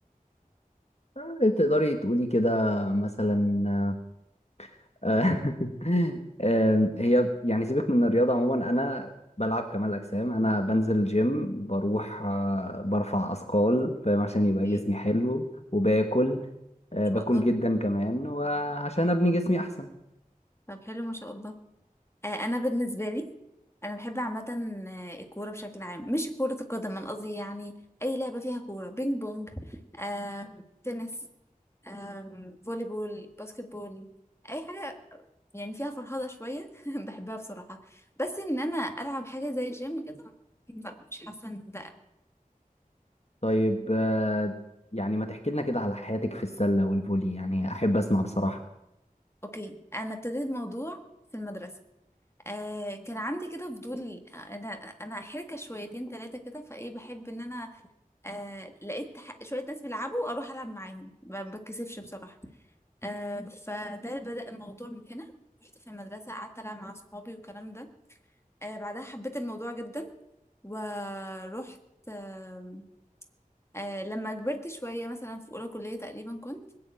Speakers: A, on the left; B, on the left.
A: آه، تقدري تقولي كده مثلا آه، <laughs> آه، هي يعني سيبك من الرياضه عموما انا بلعب كمال اجسام انا بنزل جيم بروح آه، برفع اثقال فاهم عشان يبقى
B: ايه
A: جسمي
B: ان
A: حلو وباكل آه،
B: شاء
A: باكل
B: الله
A: جدا كمان وعشان ابني جسمي احسن
B: طب حلو ما شاء الله آه انا بالنسبه لي انا بحب عامه آه، الكوره بشكل عام مش كره القدم انا قصدي يعني اي لعبه فيها كوره بينج بونج آه تنس آه فولي بول باسكت بول اي حاجه يعني فيها فرهضه شويه <laughs> بحبها بصراحه بس ان انا العب حاجه زي الجيم كده لا مش حاسه ان ده
A: طيب آه، يعني ما تحكي لنا كده على حياتك في السله والفولي يعني احب اسمع بصراحه
B: اوكي انا ابتديت موضوع في المدرسه آه كان عندي كده فضول انا انا حركه شويتين ثلاثه كده فايه بحب ان انا آه لقيت ح- شويه ناس بيلعبوا اروح العب معاهم ما بتكسفش بصراحه آه فده بدأ الموضوع من هنا رحت في المدرسه قعدت العب مع اصحابي والكلام ده آه بعدها حبيت الموضوع جدا ورحت آه آه لما كبرت شويه مثلا في اولى كليه تقريبا كنت